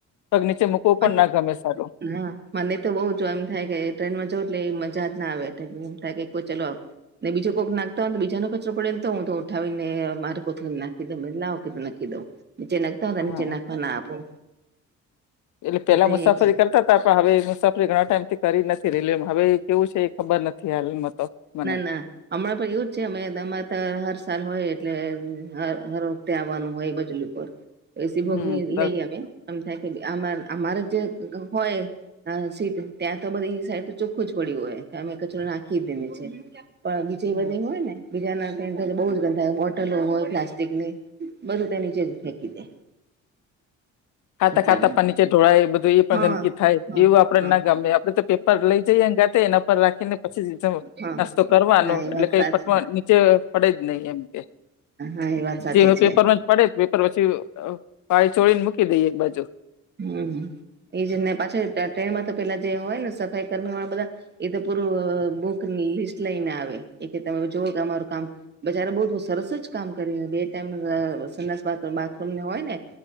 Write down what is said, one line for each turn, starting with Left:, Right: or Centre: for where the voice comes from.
Left: તોગ નીચે મૂકવું પણ
Right: હ
Left: ના ગમે સારું
Right: હા મને તો બઉુ જો એમ થાય કે ટ્રેનમાં જવ એટલે મજા જ ના આવે. એમ થાય કે ચાલ ને બીજો કોક નાખતા હોય તો બીજો કચરો પડે ને તો હું તો ઉઠાવીને મારે કોને નાખી દઉં લાવ કે નાખી દઉં નીચે નાખતા હો
Left: હા
Right: નીચે નાખવા ના આપું.
Left: એટલે
Right: હું
Left: પેલા
Right: તો
Left: મુસાફરી
Right: એ જ
Left: કરતા. પણ હવે મુ સફરી ઘણા ટાઈમ થી કરી નથી રેલીમ હવે એ કેવું છે એ ખબર નથી. હાલમાં તો મને
Right: ના ના. હમણાં પણ એવું જ છે અમેરે હર સાલ હોય એટલે હર વખતે આવવાનું હોય બજલું. એસી ભોગી
Left: હમ દર
Right: લઈએ અમે એમ થાય કે અમારે જે હોય. હા સીટ ત્યાં તો બધી એ સાઈડ તો ચોખું જ પડ્યું હોય. અમે કચરો નાખી જ દઈને. પણ બીજું એ
Left: હમ
Right: બધા એ હોય ને. બીજાના થ બહુ ગંધ થાય. બોટલો હોય પ્લાસ્ટિક ની બધું તેની ચજ ફેંકી દે.
Left: ખાતા
Right: એટલા
Left: ખાતા
Right: માટે
Left: પણ નીચે ઢોળાય એ બધું એ પણ
Right: હા
Left: ગંદકી થાય
Right: હા
Left: એવું આપડે
Right: હા
Left: ના ગમે. આપડે તો પે લઈ જઈએ ગાતે એના પર રાખીને પછી
Right: હા
Left: નાસ્તો કરવાનો.
Right: હા એ
Left: એટલે
Right: વાત
Left: કઈ
Right: સાચી
Left: પટ ચ પડે જ નહી એમ કે
Right: હા એ વાત સાચી
Left: જે હ
Right: છે
Left: પેપર માં પડે જ પેપર પછી પાય ચોળને મૂકી દઈ એક બાજુ.
Right: હમ એજ ને પાછ ટ્રેનમાં તો પેલા જે હોય ને સફાઈ કર્મી વાળા બધા એ તો પૂરું બુક લિસ્ટ લઈને આવે. એ કે તમે જોઓ કે અમારું કામ બજારે બહ સરસ જ કામ કરી બે ટાઈમસ બાથરૂમને હોય ને.